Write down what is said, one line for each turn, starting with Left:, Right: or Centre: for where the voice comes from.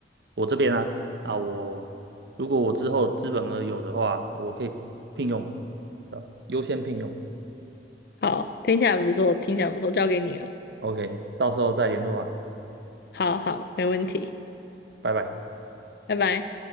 Right: 我这边啊啊，我如果我之后资本额有的话，我可以聘用，对吧？优先聘用
Left: 好，听起来不错，听起来不错，交给你了。
Right: ，OK，到时候再联络啊，
Left: 好好，没问题，
Right: 拜拜。
Left: 拜拜。